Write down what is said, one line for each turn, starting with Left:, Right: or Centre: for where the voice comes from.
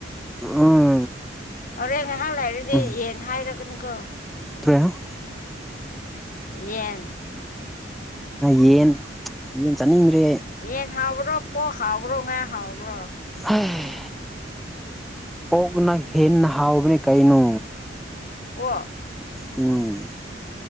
Centre: ꯎꯝ
Left: ꯑꯣꯔꯦ ꯉꯍꯥꯛ ꯂꯩꯔꯗꯤ
Centre: ꯎꯝ
Left: ꯌꯦꯟ ꯍꯥꯏꯔꯒꯅꯤꯀꯣ
Centre: <unintelligible>
Left: ꯌꯦꯟ
Centre: ꯌꯦꯟ ꯌꯦꯟ ꯆꯥꯅꯤꯡꯗ꯭ꯔꯦ
Left: ꯌꯦꯟ ꯍꯥꯎꯕ꯭ꯔꯣ ꯄꯣꯛ ꯍꯥꯎꯕ꯭ꯔꯣ ꯉꯥ ꯍꯥꯎꯕ꯭ꯔꯣ
Centre: ꯍꯩ ꯑꯣꯛꯅ ꯍꯦꯟꯅ ꯍꯥꯎꯕꯅꯦ ꯀꯩꯅꯣ
Left: ꯄꯣꯛ
Centre: ꯎꯝ